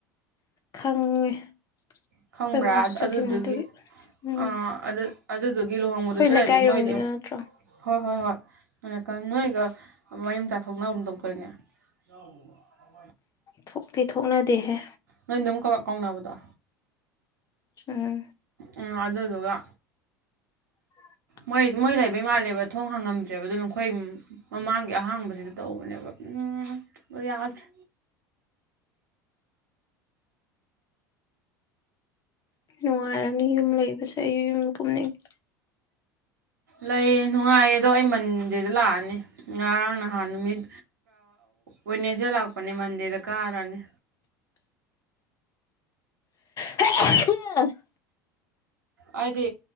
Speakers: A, on the left; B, on the right.
A: ꯈꯪꯉꯦ ꯑꯩꯈꯣꯏ
B: ꯈꯪꯕ꯭ꯔꯥ
A: ꯃꯥꯁꯨ ꯆꯠꯈꯤꯕꯅꯦ
B: ꯑꯗꯨꯗꯨꯒꯤ
A: ꯑꯗꯨꯒꯤ ꯎꯝ
B: ꯑꯥ ꯑꯗꯨ ꯑꯗꯨꯗꯨꯒꯤ ꯂꯨꯍꯣꯡꯕꯗꯨꯁꯨ
A: ꯑꯩꯈꯣꯏ ꯂꯩꯀꯥꯏꯔꯣꯝꯒꯤꯗꯣ
B: ꯂꯩꯕ ꯃꯣꯏꯗꯣ
A: ꯅꯠꯇ꯭ꯔꯣ
B: ꯍꯣꯏ ꯍꯣꯏ ꯍꯣꯏ ꯑꯣꯢꯔꯛꯒꯅꯤ ꯅꯣꯏꯒ ꯃꯔꯤ ꯃꯇꯥ ꯊꯣꯛꯅꯒꯨꯝ ꯇꯧꯗꯥꯢꯅꯦ ꯑ <inaudible>
A: ꯊꯣꯛꯇꯤ ꯊꯣꯛꯅꯗꯦꯍꯦ
B: ꯅꯣꯏ ꯑꯗꯨꯝ ꯀꯥꯎ ꯀꯥꯎꯅꯕꯗꯣ
A: ꯑꯝ
B: ꯎꯝ ꯑꯗꯨꯗꯨꯒ
A: <inaudible>
B: ꯃꯣꯏ ꯃꯣꯏ ꯂꯩꯕꯩ ꯃꯥꯜꯂꯦꯕ ꯊꯣꯡ ꯍꯥꯡꯉꯝꯗ꯭ꯔꯦꯕ ꯑꯗꯨꯅ ꯑꯩꯈꯣꯏ ꯃꯃꯥꯡꯒꯤ ꯑꯍꯥꯡꯕꯁꯤꯗ ꯇꯧꯕꯅꯦꯕ ꯎꯝ ꯌꯥꯗ꯭ꯔꯦ
A: ꯅꯨꯡꯉꯥꯏꯔꯝꯅꯤ ꯌꯨꯝ ꯂꯩꯕꯁꯦ ꯑꯩ ꯌꯨꯝ ꯀꯨꯝꯅꯤꯡꯌꯦ
B: ꯂꯩ ꯅꯨꯡꯉꯥꯏꯌꯦ ꯑꯗꯣ ꯑꯩ ꯃꯟꯗꯦꯗ ꯂꯥꯛꯑꯅꯤ ꯉꯔꯥꯡ ꯅꯍꯥꯟ ꯅꯨꯃꯤꯠ ꯋꯥꯢꯅꯥꯁꯗꯦꯗ ꯂꯥꯛꯄꯅꯦ ꯃꯟꯗꯦꯗ ꯀꯥꯔꯅꯤ
A: ꯍꯦ <unintelligible>
B: ꯍꯥꯏꯗꯤ